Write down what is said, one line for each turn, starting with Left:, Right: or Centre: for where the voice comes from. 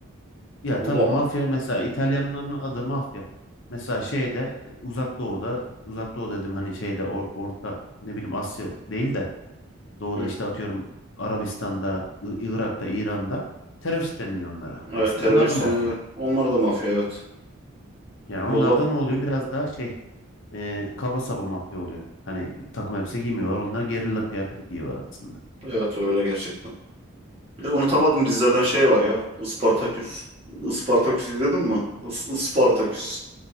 Left: Ya
Right: Valla
Left: tabii mafya mesela İtalyanların adı mafya. Mesela şeyde e, Uzak Doğu'da Uzak Doğu dedim hani şeyde or- orta ne bileyim Asya değil de Doğu'da
Right: hı,
Left: işte atıyorum Arabistan'da, I- Irak'ta, İran'da terörist deniliyor onlara
Right: evet
Left: aslında.
Right: terörist
Left: Onlar da mafya.
Right: deniyorlar. Onlar da mafya evet.
Left: Yani
Right: Valla
Left: onlarda ne oluyor? Biraz daha şey e, kaba saba mafya oluyor. Hani takım elbise giymiyorlar. Onlar gerilla kıyafeti giyiyorlar aslında.
Right: evet öyle gerçekten. Bir de unutamadım dizilerden şey var ya. Ispartaküs. Ispartaküs izledin mi? Is Ispartaküs.